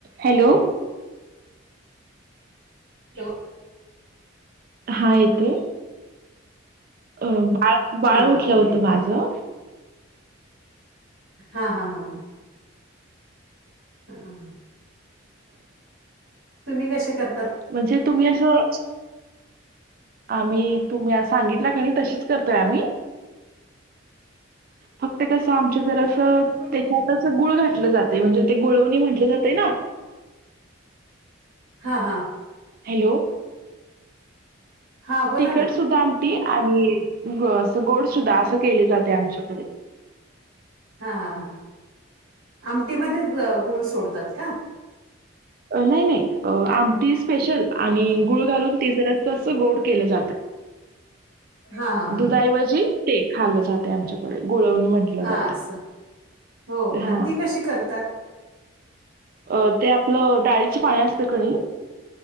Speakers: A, on the right; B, on the right.
A: Hello?
B: Hello
A: हा येतोय अ बाळ बाळ
B: हा
A: उठलं
B: हा
A: होतं
B: येतोय
A: माझं.
B: हा हा हा हा हा. तुम्ही कशे कर
A: म्हणजे तुम्ही असं आम्ही तुम्ही सांगितला कणी तशीच करतोय आम्ही, फक्त कसं आमच जरा असं त्याच्यात असं गुळ घातलं जातंय म्हणजे ते गुळवणी म्हटलं जाते ना.
B: हा हा
A: हॅलो!
B: हां बोला
A: तिखट
B: ना.
A: सुद्धा आमटी आणि ग गोड सुद्धा असं केले जाते आमच्याकडे.
B: हा हा हा आमटीमध्येच गुळ सोडतात ना.
A: नाही नाही आमटी स्पेशल आणि
B: हा
A: गुळ घालून ती जरास्ं अस गोड केलं जातं.
B: हा हा हा
A: दुधाऐवजी ते खालं जाते आमच्याकडे. गुळवणी म्हटलं
B: हा
A: जातंय
B: असं हो
A: ते
B: का
A: हा
B: ती कशी करतात.
A: अ ते आपलं डाळीचे पाणी असतं का नई.